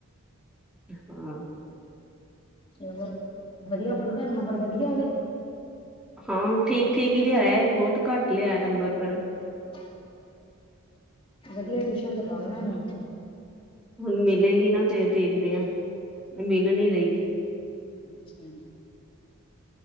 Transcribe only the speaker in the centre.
ਹਾਂ
ਹਾਂ ਠੀਕ-ਠੀਕ ਹੀ ਲਿਆਇਆ ਬੋਤ ਘੱਟ ਲਿਆ ਨੰਬਰ ਪਰ
ਹੁਣ ਮਿਲੇਗੀ ਨਾ ਫਿਰ ਦੇਖਦੇ ਹਾਂ ਮਿਲ ਰਈ।